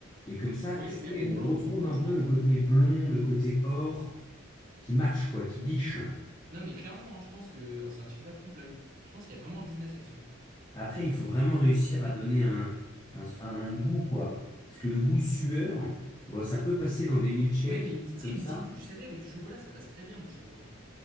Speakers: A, on the left; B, on the right.
A: Et comme ça,
B: Oui,
A: tu
B: mais
A: sais,
B: en
A: on
B: blond,
A: retrouve
B: en blond,
A: un
B: je
A: peu
B: pense.
A: le côté
B: hein.
A: blond, le côté or, qui match, quoi, qui biche.
B: Non, mais clairement, hein, je pense que oh, c'est un super trompe-l'œil. Je pense qu'il y a vraiment un business là-dessus.
A: Après, il faut vraiment réussir à donner un, un, un goût, quoi. Parce que le goût sueur, bon, ça peut passer dans des milkshakes
B: Ouais, mais une petite,
A: comme
B: tu sais, une
A: ça.
B: petite touche salée avec du chocolat, ça passe très bien, moi, je trouve. hein.